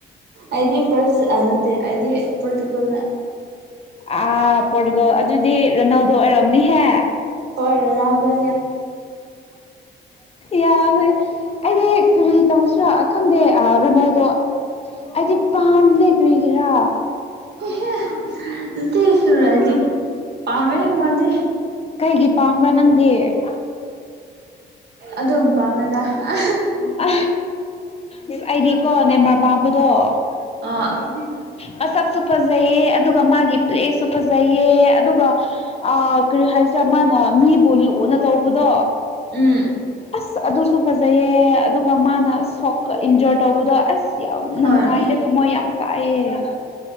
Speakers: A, on the right; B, on the left.
A: ꯑꯩꯗꯤ ꯄ꯭ꯔꯖ ꯅꯠꯇꯦ ꯑꯩꯗꯤ ꯄ꯭ꯔꯣꯇꯤꯀꯣꯜꯅ
B: ꯑꯥ ꯄꯣꯔꯒꯣ ꯑꯗꯨꯗꯤ ꯔꯅꯧꯗꯣ ꯑꯣꯏꯔꯝꯅꯤꯍꯦ
A: ꯍꯣꯏꯣ ꯅꯗ
B: ꯌꯥꯝꯕ ꯑꯩꯗꯤꯔꯤ ꯇꯧꯁꯤꯔꯥ ꯈꯪꯗꯦ ꯔꯅꯗꯣ ꯑꯩꯗꯤ ꯄꯥꯝ ꯂꯩ ꯀꯔꯤꯒꯤꯦꯔꯥ
A: ꯍ ꯑꯗꯨ ꯔ ꯄꯝꯃꯦ ꯃꯥꯗ
B: ꯀꯒꯤ ꯄꯥꯝꯕ꯭ꯔꯥ ꯅꯪꯗꯦ
A: ꯑꯗꯨꯝ ꯄꯥꯝꯃꯦꯗ ꯑ
B: ꯑ ꯑꯁ ꯑꯩꯗꯤꯀꯣ ꯅꯦꯝꯃꯔ ꯄꯥꯝꯕꯗꯣ
A: ꯑ
B: ꯃꯁꯛꯁꯨ ꯐꯖꯩꯑꯦ ꯑꯗꯨꯒ ꯃꯥꯒꯤ ꯄ꯭ꯂꯦꯁꯁꯨ ꯐꯖꯩꯑ ꯑꯗꯨꯒ ꯀꯔꯤ ꯍꯥꯏꯁꯦ ꯃꯥꯅ ꯃꯤꯕꯨ ꯂꯨꯅ ꯇꯧꯕꯗꯣ
A: ꯎꯝ
B: ꯑꯁ ꯑꯗꯨꯁꯨ ꯐꯖꯩꯌꯦ ꯑꯗꯨꯒ ꯃꯥꯅ ꯁꯣꯛ ꯏꯟꯖꯣꯔ ꯇꯧꯕꯗꯣ ꯑꯁ ꯌꯥꯝꯅ
A: ꯍꯣꯏ
B: ꯅꯨꯡꯉꯥꯏꯇꯦ ꯊꯝꯃꯣꯏ ꯌꯥꯝ ꯀꯥꯏꯑ